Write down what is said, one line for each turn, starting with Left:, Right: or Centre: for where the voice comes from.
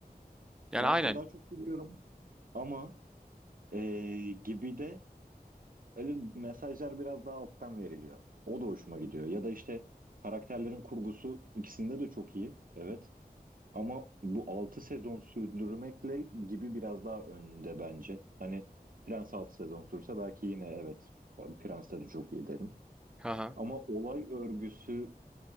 Centre: Yani
Right: Prens'te
Centre: aynen.
Right: daha çok biliyorum ama eee gibi de öyle mesajlar biraz daha alttan veriliyor. O da hoşuma gidiyor. Ya da işte karakterlerin kurgusu ikisinde de çok iyi. Evet. Ama bu 6 sezon sürdürmekle gibi biraz daha önde bence. Hani Prens 6 sezon sürse belki yine evet Prens'te de çok iyi derim.
Centre: Hı hı.
Right: Ama olay örgüsü